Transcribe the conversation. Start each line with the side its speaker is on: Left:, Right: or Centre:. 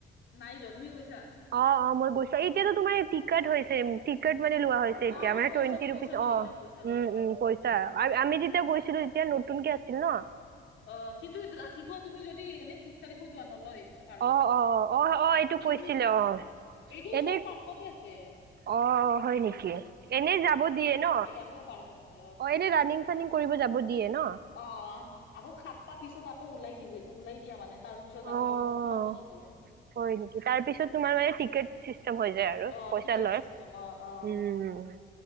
Left: নাই যোৱা তুমি গৈছা?
Right: অ' অ' মই গৈছো এই এতিয়াতো তোমাৰ টিকট হৈছে টিকট মানে লোৱা হ'য়। তেতিয়া
Left: অ
Right: মানে
Left: পইচা
Right: টুৱেণ্টি,
Left: পইচা
Right: ৰুপিচ
Left: লয়
Right: অ
Left: এতিয়া পইচা লয়
Right: উম
Left: অ
Right: উম কৈছে। আচ্ছা আমি যেতিয়া গৈছিলো তেতিয়া নতুনকে আছিল ন।
Left: অ কিন্তু ৰাতিপুৱা তুমি যদি এনেই খোজ কাঢ়িব যোৱা নলয় এইটো। পাৰ্কত,
Right: অ অ অ অ এইটো কৈছিলে
Left: সেইটো চব
Right: অ
Left: সেইটো
Right: এনে
Left: চব পাৰ্কতে আছে।
Right: অ হয় নেকি, এনে যাব দিয়ে ন।
Left: তাতেও পাৰ্কত আছে।
Right: অ এনে ৰাণিং চানিং কৰিব যাব দিয়ে ন।
Left: অ আকৌ সাতটা পিছত আকৌ ওলাই দিবি ওলাই দিয়া মানে তাৰ পিছত
Right: অ
Left: আকৌ সোমাব নিদি এতিয়া
Right: হয় নেকি?, তাৰ পিছত তোমাৰ মানে টিকেট ছিচ সব হৈ যায় আৰু
Left: অ
Right: পইচা
Left: টিকেট
Right: লয়,
Left: চিষ্টেম অ অ
Right: উম